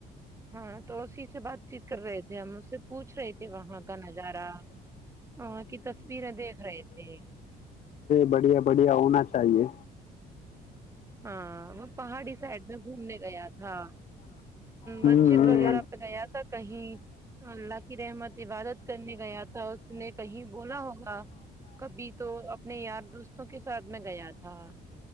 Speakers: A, on the right; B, on the left.
A: ہاں تو اسی سے بات چیت کر رہے تھے ہم اس سے پوچھ رہے تھے وہاں کا نظارہ وہاں کی تصویریں دیکھ رہے تھے
B: بڑھیا بڑھیا ہونا چاہیے
A: ہاں وہ پہاڑی سائڈ میں گھومنے گیا تھا
B: ہوں
A: مسجد وغیرہ پہ گیا تھا کہیں اللہ کی رحمت عبادت کرنے گیا تھا اس نے کہیں بولا ہوگا کبھی تو اپنے یار دوستوں کے ساتھ میں گیا تھا